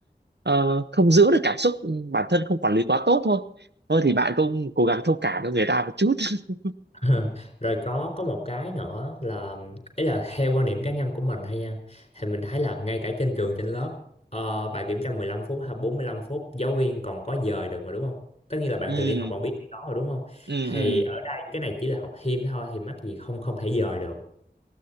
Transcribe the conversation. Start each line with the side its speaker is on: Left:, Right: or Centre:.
Right: ờ, không giữ được cảm xúc bản thân không quản lý quá tốt thôi thôi thì bạn cũng cố gắng thông cảm cho người ta một chút <laughs>
Left: <laughs> rồi có có một cái nữa là ấy là theo quan điểm cá nhân của mình thôi nha thì mình thấy là ngay cả trên trường trên lớp ờ, bài kiểm tra 15 phút hay 45 phút giáo viên còn có dời được mà đúng không tất nhiên là bạn
Right: ừ
Left: từng đi học bạn biết cái đó rồi đúng không
Right: ừ
Left: thì
Right: ừ
Left: ở đây cái này chỉ là học thêm thôi thì mắc gì không không thể dời được